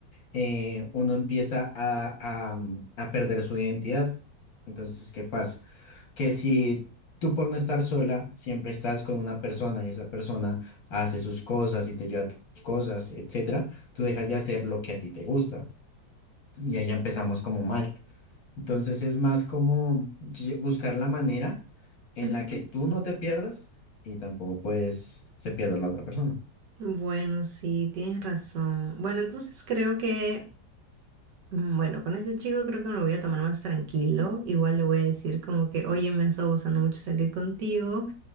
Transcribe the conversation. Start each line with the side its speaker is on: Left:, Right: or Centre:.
Left: eh, uno empieza a, a, mm, a perder su identidad. Entonces, ¿qué pasa? Que si tú por no estar sola, siempre estás con una persona y esa persona hace sus cosas y te lleva tus cosas, etcétera, tú dejas de hacer lo que a ti te gusta. Y ahí ya empezamos como mal. Entonces es más como lle- buscar la manera en
Right: ujú.
Left: la que tú no te pierdas y tampoco pues se pierda la otra persona.
Right: Bueno, sí, tienes razón. Bueno, entonces creo que, mm, bueno, con ese chico creo que me lo voy a tomar más tranquilo. Igual le voy a decir como que, oye, me ha estado gustando mucho salir contigo.